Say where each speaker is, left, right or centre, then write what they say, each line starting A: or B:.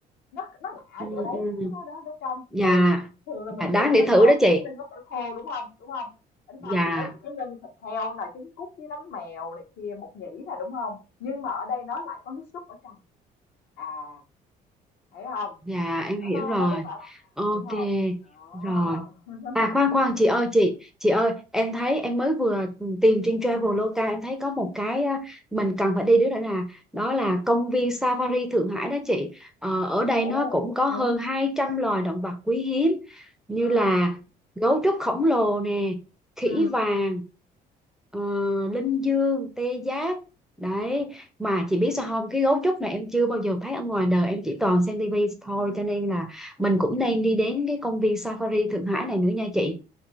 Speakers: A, on the left; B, in the centre.
A: nó nó lạ
B: ừ,
A: chỗ đấy
B: ừ,
A: nó nó nó trong
B: dạ
A: ừ thường là mình
B: dạ đáng
A: nghĩ là
B: để
A: bánh
B: thử
A: bao
B: đó
A: thì
B: chị
A: cứ ninh nó phải khô đúng không đúng không bánh
B: dạ
A: bao thì nó chỉ có nhân thịt heo là trứng cút với nấm mèo này kia một nhĩ là đúng không nhưng mà ở đây nó lại có nước súp ở trong à thấy không
B: dạ em
A: nó
B: hiểu
A: nó
B: rồi
A: nó rất là lạ
B: ok
A: đúng không đó
B: rồi
A: <laughs>
B: À khoan khoan chị ơi chị chị ơi em thấy em mới vừa tìm trên Traveloka em thấy có một cái à, mình cần phải đi đứa nữa đó là đó là công viên Safari Thượng Hải đó chị ờ, ở đây
A: ồ
B: nó cũng có
A: ừ
B: hơn 200 loài động vật quý hiếm như
A: ừ
B: là gấu trúc khổng lồ nè khỉ
A: ừ
B: vàng ờ, linh dương tê giác đấy mà chị biết sao không cái gấu trúc này em chưa bao giờ thấy ở ngoài đời em chỉ toàn xem tivi thôi cho nên là mình cũng đang đi đến cái công viên Safari Thượng Hải này nữa nha chị